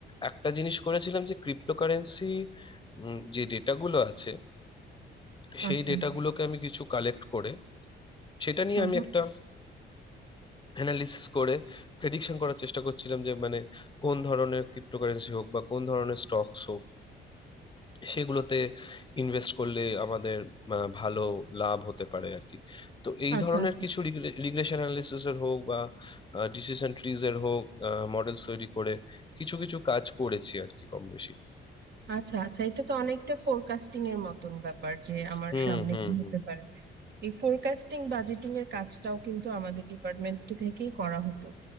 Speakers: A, on the left; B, on the right.
A: একটা জিনিস করেছিলাম যে ক্রিপ্টোকারেন্সি যে ডেটাগুলো আছে সেই
B: আচ্ছা
A: ডেটাগুলোকে আমি কিছু কালেক্ট করে সেটা নিয়ে
B: হুম
A: আমি
B: হুম
A: একটা অ্যানালিসিস করে প্রেডিকশন করার চেষ্টা করছিলাম যে মানে কোন ধরনের ক্রিপ্টোকারেন্সি হোক বা কোন ধরনের স্টকস হোক সেগুলোতে ইনভেস্ট করলে আমাদের আহ, ভালো লাভ হতে পারে আর কি তো এই
B: আচ্ছা
A: ধরনের
B: আচ্ছা
A: কিছু রিগ্রেশন অ্যানালিসিস এর হোক বা ডিসিশন ট্রিজ এর হোক মডেলস তৈরি করে কিছু কিছু কাজ করেছি আর কি কম বেশি
B: আচ্ছা আচ্ছা এটা তো অনেকটা ফোরকাস্টিং এর মতন ব্যাপার যে আমার
A: হুম
B: সামনে
A: হুম
B: কি হতে
A: হুম
B: পারে এই ফোরকাস্টিং বাজেটিং
A: হুম।
B: এর কাজটাও কিন্তু আমাদের ডিপার্টমেন্ট থেকেই করা হতো